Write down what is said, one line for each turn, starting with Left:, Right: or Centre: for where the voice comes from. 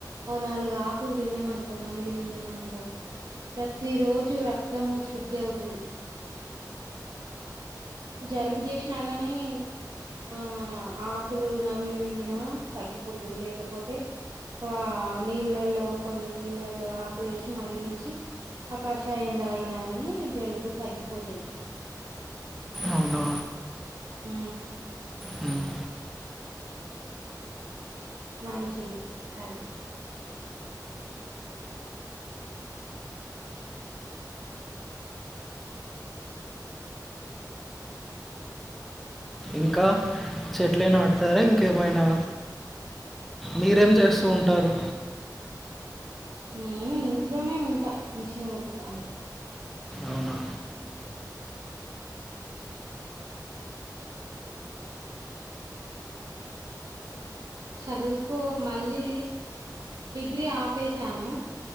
Right: ఓ నాలుగు ఆకులు తిన్నామాంకో నమిలి మింగినమ అనుకో ప్రతి రోజు రక్తము శుద్ధి అవుతది జలుబు చేస్నా గానీ ఆ ఆకులు నమిలి మింగినా తగ్గిపోతుది లేకపోతే ఆ నీళ్ళల్లో కొన్ని నీళ్ళల్లో ఆకులేసి మరిగించి ఆకాషాయం తగినగాని జలుబు తగ్గిపోతది
Centre: అవునా?
Right: ఉ
Centre: హ్మ్.
Right: మంచిది అది
Centre: ఇంకా చెట్లే నాటుతారా ఇంకేమైనా మీరేం చేస్తూ ఉంటారు
Right: నేను ఇంట్లోనే ఉంటా మిషన్ కుట్టుత అంతే
Centre: అవునా
Right: చదువుకో మళ్ళీ డిగ్రీ ఆపేశాను